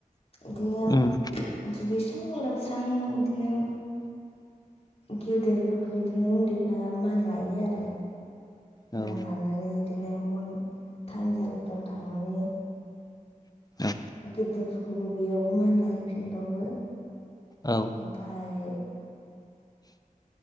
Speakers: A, on the left; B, on the left.
A: इदिनो
B: उम
A: दुगैस्रां लोबस्रां इदिनो गेदेर फोरफोरखौ इदिनो उन्दैफ्रा मान लायो आरो
B: औ
A: मान लानानै इदिनो मन थानसालिफ्राव थांनानै
B: औ
A: गेदेरफोरखौबो बेयावबो मान लायहैै फिनबावो
B: औ
A: ओमफाय